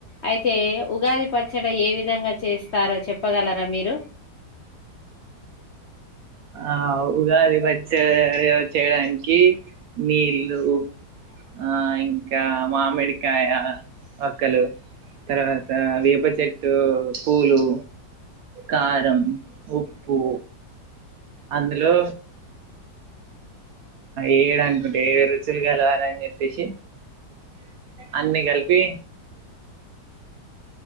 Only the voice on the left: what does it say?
అయితే ఉగాది పచ్చడ ఏ విధంగా చేస్తారో చెప్పగలరా మీరు